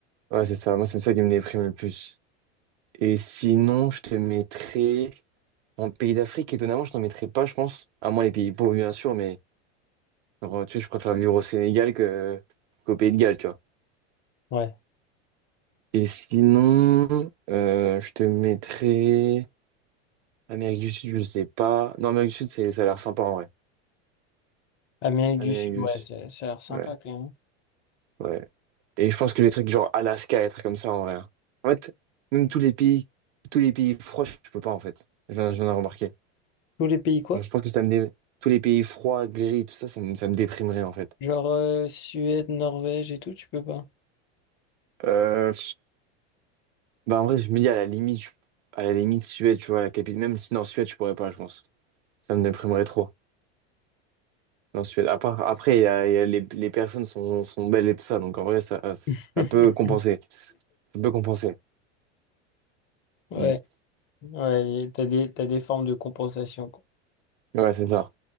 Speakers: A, on the right; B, on the left.
A: Ouais, c'est ça. Moi, c'est ça qui me déprime le plus. Et sinon, je te mettrais en pays d'Afrique. Étonnamment, je t'en mettrais pas, je pense. À moins les pays pauvres, bien sûr, mais genre, tu sais, je préfère vivre au Sénégal que qu'au Pays de Galles, tu vois.
B: Ouais.
A: Et sinon, euh, je te mettrais Amérique du Sud, je sais pas. Non, Amérique du Sud, c'est, ça a l'air sympa en vrai.
B: Amérique
A: Amérique
B: du Sud,
A: du
B: ouais,
A: Sud,
B: ça, ça a l'air sympa
A: ouais,
B: quand même.
A: ouais. Et je pense que les trucs genre Alaska, être comme ça en vrai. En fait, même tous les pays, tous les pays froids, je peux pas en fait. Je viens, je viens de remarquer.
B: Tous les pays quoi?
A: Genre, je pense que ça me dé- tous les pays froids, gris, tout ça, ça me, ça me déprimerait en fait.
B: Genre euh, Suède, Norvège et tout, tu peux pas.
A: Euh, bah en vrai, je me dis à la limite, je- à la limite Suède, tu vois, la capitale. Même si non, Suède, je pourrais pas, je pense. Ça me déprimerait trop. Non, Suède. À part- après, il y a- il y a les, les personnes sont, sont belles et tout ça, donc en vrai, ça,
B: <laughs>
A: ça peut compenser. Ça peut compenser.
B: Ouais,
A: Mm.
B: ouais, et t'as des, t'as des formes de compensation, quoi.
A: Ouais, c'est ça.